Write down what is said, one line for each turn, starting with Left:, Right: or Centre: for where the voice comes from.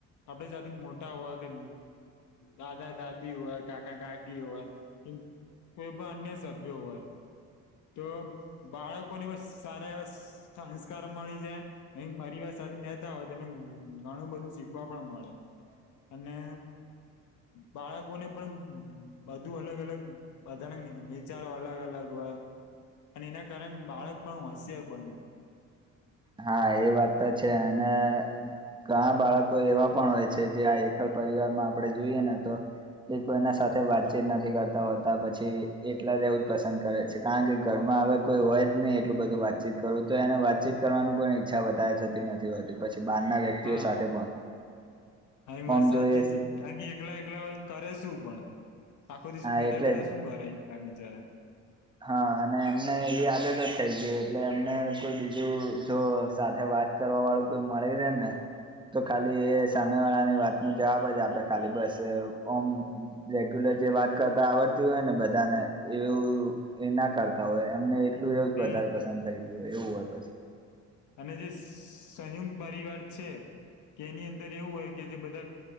Left: આપડી સાથે મોટા હોય કે દાદા દાદી હોય કાકા કાકી હોય કેમ કોઈ પણ અન્ય સભ્યો હોય તો બાળકોને બસ સારા એ સંસ્કાર મળી જાય એ પરિવાર સાથે નહતા હોય તેમને ઘણું બધું શીખવા પણ મળે અને બાળકોને પણ બધુ અલગ અલગ બધા વિચારો અલગ અલગ હોય અને એના કારણે બાળક પણ હોશિયાર બને.
Right: હા એ વાત તો છે. અને ઘણા બાળકો એવા પણ હોય છે. જે આ એકલ પરિવાર માં આપડે જોઈએ ને તો એ કોઈના સાથે વાતચીત નથી કરતા હોતા પછી એકલા રેવું જ પસંદ કરે છે, કારણ કે ઘરમાં આવે કોઈ હોય જ નહી એટલું બધું વાતચીત કરવું તો એને વાતચીત કરવાનું પણ ઈચ્છા વધારે થતી નથી હોતી પછી બહારના વ્યક્તિઓ
Left: હા
Right: સાથે પણ
Left: હા એ વાત
Right: આમ
Left: સાચી
Right: જોઈએ
Left: છે. કારણ કે એકલા એકલા કરે શું પણ. આખો દિવસ
Right: હા
Left: બેઠા
Right: એટલે
Left: બેઠા
Right: જ
Left: શું મરે એકલા બીચાર
Right: હા અને એમને એ આદત જ થઈ ગઈ એટલે એમને કોઈ બીજું જો સાથે વાત કરવા વાળું કોઈ મળી રહેે ને. તો ખાલી એ
Left: હા
Right: સામે વાળાની વાત નો જવાબ જ આપે ખાલી બસ ઓમ રેગ્યુલર જે વાત કરતા આવડતી હોય ને બધાને એવું એ ના કરતા હોય એમને એટલું એવું
Left: અને
Right: જ વધારે પસંદ થય ગયું હોય એવું હોય પછી.
Left: અને જે સંયુક્ત પરિવાર છે. કે એની અંદર એવું હોય કે જે બધા